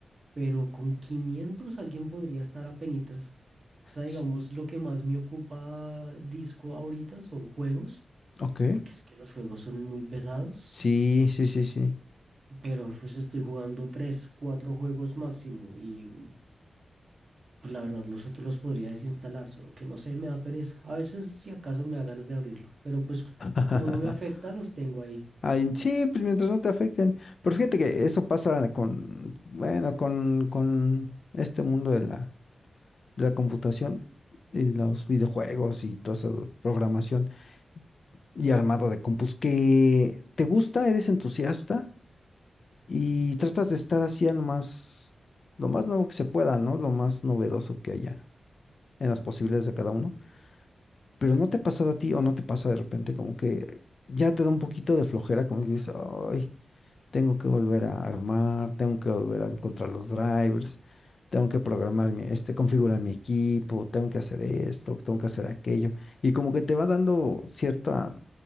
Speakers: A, on the right; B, on the left.
A: pero con 500 alguien podría estar apenitas. O sea, digamos,
B: s-
A: lo que más me ocupa disco ahorita son juegos
B: ok.
A: porque es que los juegos son muy pesados,
B: Sí, sí, sí, sí.
A: pero pues estoy jugando tres, cuatro juegos máximo y mm, pues la verdad los otros los podría desinstalar, solo que no sé, me da pereza. A veces si acaso me da ganas de abrirlo, pero pues
B: <laughs>
A: como no me afecta, los tengo ahí.
B: Ay, sí, pues mientras no te afecten. Pero fíjate que eso pasa con, bueno, con, con este mundo de la, de la computación y los videojuegos y toda esa programación y armado de compus que te gusta, eres entusiasta y tratas de estar así a lo más, lo más nuevo que se pueda, ¿no? Lo más novedoso que haya en las posibilidades de cada uno. Pero no te ha pasado a ti o no te pasa de repente como que ya te da un poquito de flojera, como que dices, ay. tengo que volver a armar, tengo que volver a encontrar los drivers, tengo que programar mi, este, configurar mi equipo, tengo que hacer esto, tengo que hacer aquello. Y como que te va dando cierta,